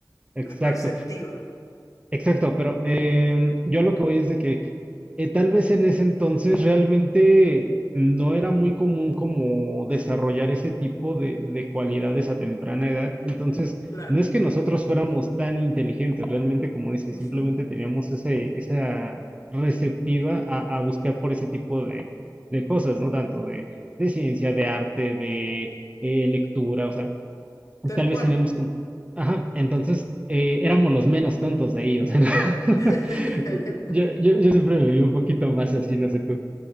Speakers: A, on the right; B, on the left.
A: exacto,
B: no es perceptiva.
A: exacto, pero em, yo lo que voy es de que Eh, tal vez en ese entonces realmente no era muy común como desarrollar ese tipo de, de cualidades a temprana edad. Entonces,
B: Claro.
A: no es que nosotros fuéramos tan inteligentes, realmente, como dices,
B: Ujú,
A: simplemente teníamos ese, esa receptiva a, a buscar por ese tipo de, de cosas, ¿no? Tanto de, de ciencia, de arte, de eh, lectura, o sea,
B: Tal
A: tal
B: cual.
A: vez tenemos como, ajá, entonces eh, éramos los menos tontos de ellos. <laughs>
B: <laughs>
A: Yo, yo, yo siempre me vi un poquito más así, no sé tú.